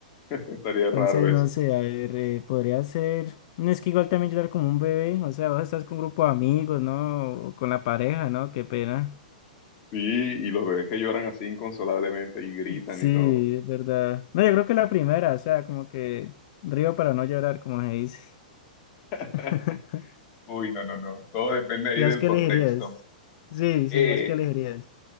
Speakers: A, on the left; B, on the left.
A: estaría raro
B: Entonces,
A: eso.
B: no sé, a ver, eh, podría ser. No es que igual también llorar como un bebé, o sea, vos estás con un grupo de amigos, ¿no? O con la pareja, ¿no? Qué pena.
A: Sí, y los bebés que lloran así inconsolablemente y gritan
B: Sí,
A: y todo.
B: es verdad. No, yo creo que la primera, o sea, como que río para no llorar, como se dice.
A: <laughs>
B: <laughs>
A: Uy, no, no, no. Todo depende ahí
B: ¿Y
A: del
B: vos qué
A: contexto.
B: elegirías? Sí,
A: Eh,
B: sí, vos qué elegirías.